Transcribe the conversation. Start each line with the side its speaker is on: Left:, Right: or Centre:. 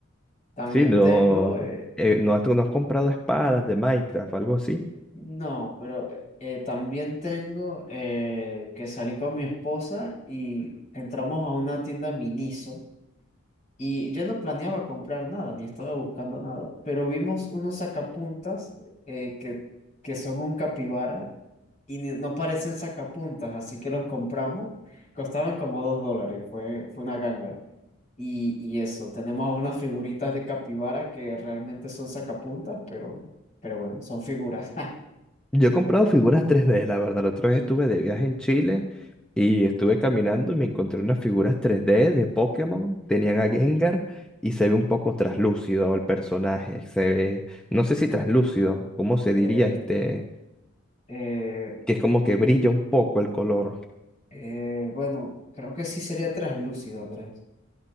Left: También
Centre: Sí, no,
Left: tengo, eh,
Centre: eh, no, has- no has comprado espadas de Minecraft, algo así.
Left: No, pero eh, también tengo eh, que salí con mi esposa y entramos a una tienda Miniso y yo no planeaba comprar nada, ni estaba buscando nada, pero vimos unos sacapuntas eh, que, que son un capibara y ni- no parecen sacapuntas, así que los compramos. Costaban como dos dólares, fue, fue una ganga. Y, y eso, tenemos unas figuritas de capibara que realmente son sacapuntas, pero, pero bueno, son figuras.
Centre: Yo he comprado figuras tres d la verdad. La otra vez estuve de viaje en Chile y estuve caminando y me encontré unas figuras tres d de Pokémon. Tenían a Gengar y se ve un poco traslúcido el personaje. Se ve, no
Left: <laughs>
Centre: sé si traslúcido, ¿cómo se
Left: Eh,
Centre: diría este?
Left: eh,
Centre: Que es como
Left: eh,
Centre: que brilla un poco el color.
Left: eh, bueno, creo que sí sería traslúcido, Andrés.